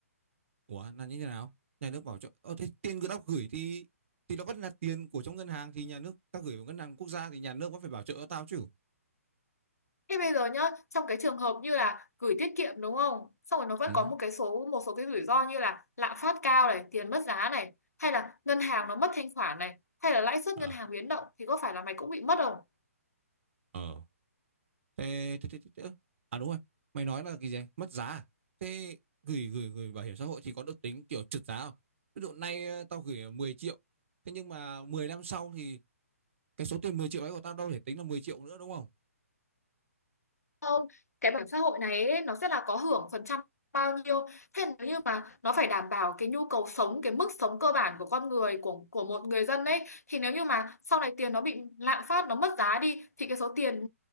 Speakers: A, on the right (about 55°); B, on the left (about 80°).
A: ủa là như thế nào nhà nước bảo cho ờ, thế tiền của tao gửi thì thì nó vẫn là tiền của trong ngân hàng thì nhà nước tao gửi vào ngân hàng quốc gia thì nhà nước vẫn phải bảo trợ tao chứ
B: thế bây giờ nhá trong cái trường hợp như là gửi tiết kiệm đúng không xong rồi nó vẫn
A: ừ
B: có một cái số một số cái rủi ro như là lạm phát cao này tiền mất giá này hay là ngân hàng nó mất thanh khoản này hay là lãi suất
A: à,
B: ngân hàng biến động thì có phải là mày cũng bị mất không
A: ờ Thế, thế, thế, thế, thế. À đúng rồi, mày nói là cái gì? Mất giá à? Thế gửi gửi gửi bảo hiểm xã hội thì có được tính kiểu trượt giá không? Ví dụ nay ờ, tao gửi 10 triệu, thế nhưng mà 10 năm sau thì cái số tiền 10 triệu ấy của tao đâu thể tính là 10 triệu nữa đúng không?
B: không cái bảo hiểm xã hội này ấy, nó sẽ là có hưởng phần trăm bao nhiêu thế nếu như mà nó phải đảm bảo cái nhu cầu sống cái mức sống cơ bản của con người của của một người dân ấy thì nếu như mà sau này tiền nó bị lạm phát nó mất giá đi thì cái số tiền